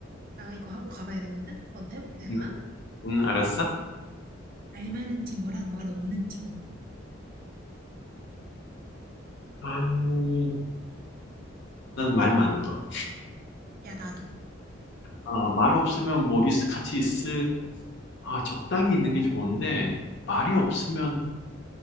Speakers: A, on the right; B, on the left.
A: 나 이거 하고 가봐야 되거든? 먼저 해볼게, 내가.
B: 음, 음, 알았어?
A: 말 많은 친구랑 말 없는 친구.
B: 음, 나는 말 많은 거.
A: 야, 나도.
B: 아, 말 없으면 뭐, 있, 같이 있을, 아, 적당히 있는 게 좋은데, 말이 없으면